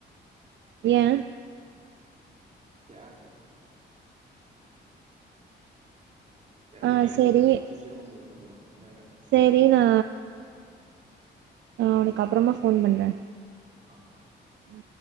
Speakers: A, on the right (about 75°); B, on the right (about 40°).
A: ஏன்
B: கேட்டே ஏன்னா
A: ஆ
B: லீவுட்டு
A: சேரி
B: இவனுக்கு மட்டும் சீக்கிரமா முழிப்பு வந்துரு அதா‌ கேட்ட
A: சேரி நா உனக்கு அப்றமா ஃபோன் பண்றே
B: ஆ
A: ஆ